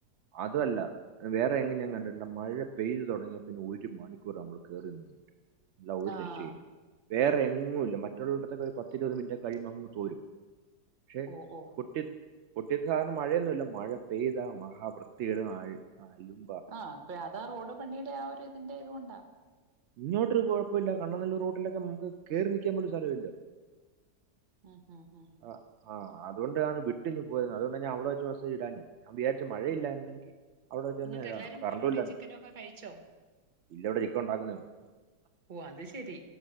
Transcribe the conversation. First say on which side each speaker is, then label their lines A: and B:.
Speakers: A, on the right; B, on the right.
A: അതുവല്ലാ ആഹ് വേറെ എങ്ങും ഞാൻ കണ്ടിട്ടില്ലാ മഴ പെയ്തു തൊടങ്ങിയാ പിന്നെ ഒരു മണിക്കൂര് നമ്മള് കേറി <unintelligible> അല്ലാതെ ഒരു
B: ആഹ്
A: രക്ഷയില്ലാ വേറെ എങ്ങും ഇല്ലാ മറ്റുള്ളോടത്തൊക്കെ ഒരു പത്തിരുപത് മിനിറ്റ് കഴിയുമ്പ അങ്ങ് തോരും പക്ഷെ
B: ഓ ഓ
A: കൊട്ടിയത് കൊട്ടിയത്ത് സാധാരണ മഴയൊന്നു ഇല്ലാ മഴ പെയ്താ മഹാ വൃത്തി കേടും ആഴ് ആലും
B: ആഹ് ഇപ്പഴാ അതാ റോഡ് പണീടെ ആ ഒരു ഇതിന്റെ ഇതുകൊണ്ടാ
A: ഇങ്ങോട്ടൊരു കൊഴപ്പോം ഇല്ലാ കണ്ണന്നല്ലൂർ റോട്ടിലൊക്കെ നമ്മക്ക് കേറി നിക്കാൻ പോലും സ്ഥലം ഇല്ലാ
B: ആഹ് ആഹ് ആഹ്
A: ആഹ് ആഹ് അതുകൊണ്ടാ ഞാൻ വീട്ടിഞ്ഞു പോരുന്നെ അതുകൊണ്ടാ ഞാൻ അവിടെ വെച്ച് മെസ്സേജ് ഇടാഞ്ഞെ ഞാൻ വിചാരിച്ചു മഴയില്ലായിരുന്നെങ്കി അവിടെ വെച്ച്
B: എന്നിട്ട്
A: തന്നെ <unintelligible>
B: എല്ലാരും
A: അപ്പൊ കറൻ്റും
B: പൊറോട്ടയും
A: ഇല്ലാ
B: ചിക്കനും ഒക്കെ കഴിച്ചോ
A: ഇല്ല ഇവിടെ ചിക്കൻ ഒണ്ടാക്കുന്നേ ഒള്ളൂ
B: ഓ അത് ശെരി